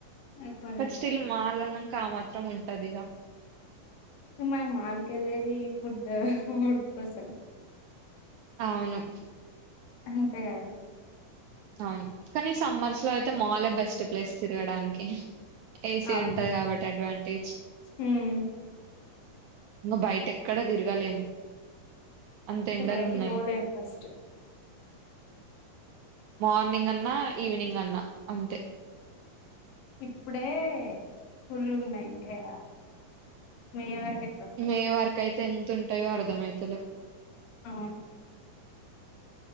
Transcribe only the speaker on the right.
బట్
స్టిల్ మాలాన్నాక ఆ మాత్రం ఉంటది ఇక
అవును
అవును కానీ సమ్మర్స్ లో అయితే మల్ బెస్ట్ ప్లేస్ తిరగడానికి ఏసీ
ఉంటది కాబట్టి అడ్వాంటేజ్
ఇంకా బయట ఎక్కడా తిరగాలేం అంత
ఎండలు
ఉన్నాయి
మార్నింగ్ అన్నా ఈవినింగ్ అన్నా అంతే
మే వరకు అయితే ఎంత ఉంటాయో అర్ధమవుతలేవు.